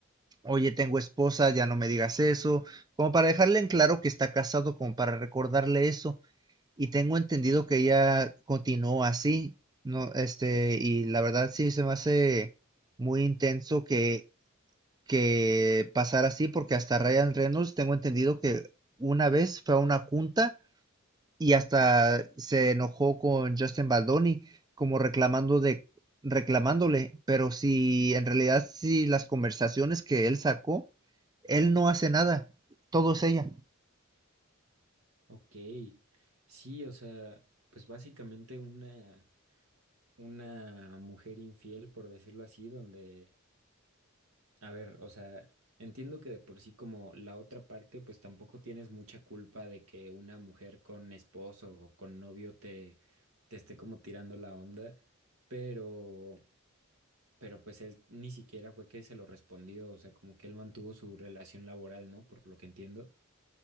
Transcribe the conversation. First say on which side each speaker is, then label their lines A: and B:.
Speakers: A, on the right; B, on the right.
A: oye, tengo esposa, ya no me digas eso, como para dejarle en claro que está casado, como para recordarle eso y tengo entendido que ella continuó así, no, este, y la verdad sí se me hace muy intenso que, que pasara así, porque hasta Ryan Reynolds tengo entendido que una vez fue a una junta y hasta se enojó con Justin Baldoni, como reclamando de, reclamándole, pero si en realidad si las conversaciones que él sacó, él no hace nada, todo es ella.
B: Ok, sí, o sea, pues básicamente una, una mujer infiel, por decirlo así, donde A ver, o sea, entiendo que de por sí como la otra parte, pues tampoco tienes mucha culpa de que una mujer con esposo o con novio te, te esté como tirando la onda, pero, pero pues él ni siquiera fue que se lo respondió, o sea, como que él mantuvo su relación laboral, ¿no? Por lo que entiendo.